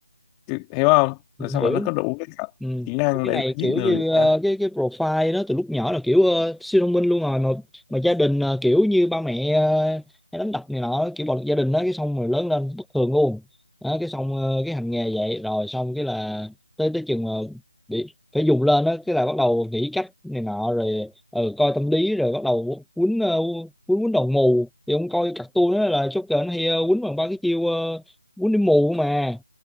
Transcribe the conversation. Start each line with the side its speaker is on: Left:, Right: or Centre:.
Left: hiểu không rồi sao
Centre: hiểu
Left: mà nó có đủ cái khả-
Centre: Ừ.
Left: kỹ năng
Centre: Thì Cái
Left: để
Centre: này
Left: nó giết
Centre: kiểu
Left: người
Centre: như ờ,
Left: hả
Centre: cái cái profile đó từ lúc nhỏ là kiểu ờ, siêu thông minh luôn rồi mà mà gia đình ờ, kiểu như ba mẹ ờ, hay đánh đập này nọ kiểu bạo lực gia đình đó cái xong rồi lớn lên bất thường luôn đó, cái xong ờ, cái hành nghề vậy rồi xong cái là tới tới chừng mà bị phải dùng lên đó cái là bắt đầu nghĩ cách này nọ rồi ừ, coi tâm lý rồi bắt đầu quýnh ờ, quýnh quýnh đồng mù thì ông coi cartoon đó là Joker nó hay ờ, quýnh bằng ba cái chiêu ờ, quýnh đi mù mà